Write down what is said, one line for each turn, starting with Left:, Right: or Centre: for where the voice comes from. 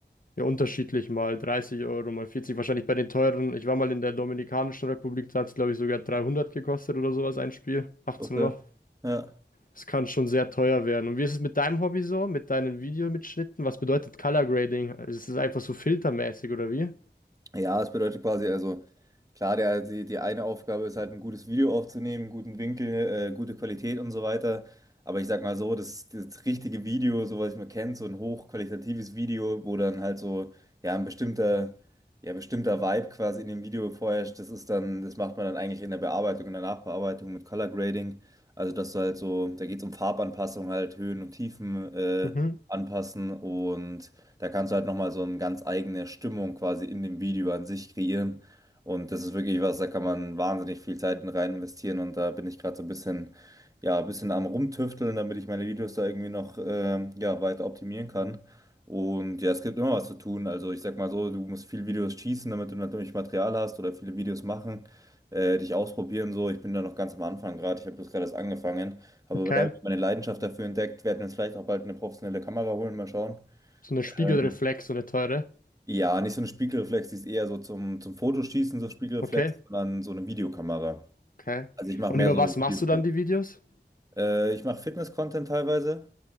Left: Ja, unterschiedlich mal 30 Euro, mal 40 wahrscheinlich bei den teuren. Ich war mal in der Dominikanischen Republik, da hat es, glaube ich, sogar 300 gekostet oder sowas ein Spiel. 18
Right: Okay.
Left: Loch.
Right: Ja.
Left: Das kann schon sehr teuer werden. Und wie ist es mit deinem Hobby so, mit deinen Videomitschnitten? Was bedeutet Color Grading? Also Ist es einfach so filtermäßig oder wie?
Right: Ja, es bedeutet quasi, also klar, der, die, die eine Aufgabe ist halt ein gutes Video aufzunehmen, einen guten Winkel, äh, gute Qualität und so weiter. Aber ich sag mal so, das, das richtige Video, so was man kennt, so ein hochqualitatives Video, wo dann halt so, ja, ein bestimmter, ja, bestimmter Vibe quasi in dem Video vorherrscht, das ist dann, das macht man dann eigentlich in der Bearbeitung, in der Nachbearbeitung mit Color Grading. Also, dass du halt so, da geht es um Farbanpassung halt, Höhen und Tiefen, äh,
Left: Mhm,
Right: anpassen und da kannst du halt nochmal so eine ganz eigene Stimmung quasi in dem Video an sich kreieren. Und das ist wirklich was, da kann man wahnsinnig viel Zeit rein investieren. Und da bin ich gerade so ein bisschen, ja, ein bisschen am Rumtüfteln, damit ich meine Videos da irgendwie noch, ähm, ja, weiter optimieren kann. Und ja, es gibt immer was zu tun. Also ich sag mal so, du musst viele Videos schießen, damit du natürlich Material hast oder viele Videos machen, äh, dich ausprobieren so. Ich bin da noch ganz am Anfang gerade. Ich habe das gerade erst angefangen, habe
Left: okay.
Right: aber da irgendwie meine Leidenschaft dafür entdeckt. Werden jetzt vielleicht auch bald eine professionelle Kamera holen, mal schauen.
Left: So eine Spiegelreflex,
Right: Ähm,
Left: so eine teure.
Right: ja, nicht so eine Spiegelreflex, die ist eher so zum, zum Fotoschießen, so Spiegelreflex,
Left: Okay,
Right: sondern so eine Videokamera.
Left: okay.
Right: Also ich mache
Left: Und
Right: mehr
Left: über
Right: so
Left: was
Right: Videos.
Left: machst du dann die Videos?
Right: Äh, ich mache Fitness-Content teilweise,